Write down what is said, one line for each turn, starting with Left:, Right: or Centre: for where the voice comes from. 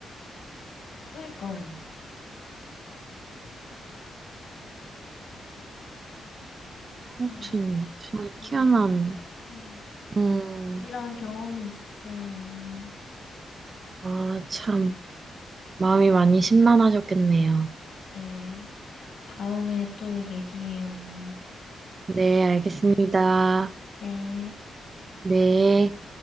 Left: 그니까요.
Right: 하여튼
Left: 아,
Right: 참
Left: 별로
Right: 희한한
Left: 좀. 음.
Right: 음,
Left: 이런 경험이 있었어요, 언니.
Right: 아, 참 마음이 많이 심란하셨겠네요.
Left: 네. 다음에 또 얘기해요, 언니.
Right: 네, 알겠습니다.
Left: 네.
Right: 네.